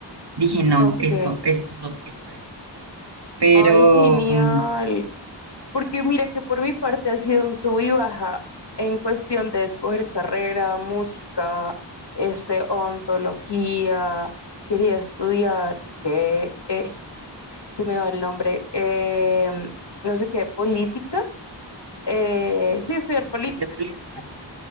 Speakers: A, on the right; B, on the left.
A: Dije, no,
B: Ok.
A: esto, esto, esto es. Pero,
B: Ay, genial.
A: mm,
B: Porque mira que por mi parte ha sido un sub y baja en cuestión de escoger carrera, música, este, ontología. Quería estudiar, es que eh, se me va el nombre, em, no sé qué, política. eh, sí, estudiar política.
A: ciencias políticas,